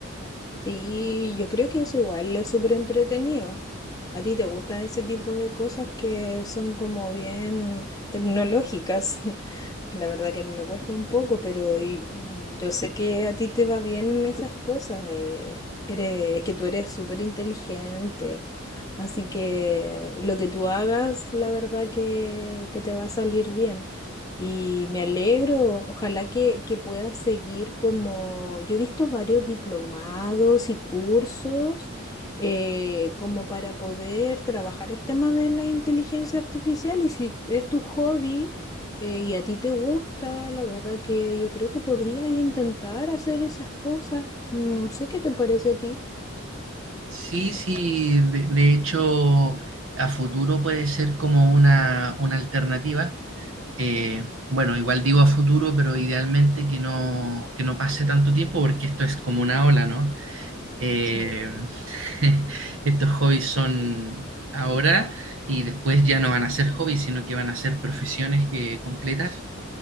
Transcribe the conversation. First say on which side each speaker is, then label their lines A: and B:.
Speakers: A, on the left (about 20°); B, on the right (about 75°).
A: Sí, yo creo que eso igual es súper entretenido. ¿A ti te gustan ese tipo de cosas que son como bien tecnológicas? <laughs> La verdad que a mí me cuesta un poco, pero y- mm, yo sé que a ti te va bien en esas cosas. eh, eres, es que tú eres súper inteligente. Así que lo que tú hagas, la verdad que, que te va a salir bien. Y me alegro, ojalá que, que puedas seguir como... Yo he visto varios diplomados y cursos eh, como para poder trabajar el tema de la inteligencia artificial y si es tu hobby eh, y a ti te gusta, la verdad que yo creo que podrías intentar hacer esas cosas. No sé qué te parece a ti.
B: Sí, sí, de, de hecho, a futuro puede ser como una, una alternativa. Eh, bueno, igual digo a futuro, pero idealmente que no, que no pase tanto tiempo porque esto es como una ola, ¿no? Eh,
A: Sí.
B: <laughs> estos hobbies son ahora y después ya no van a ser hobbies, sino que van a ser profesiones que completas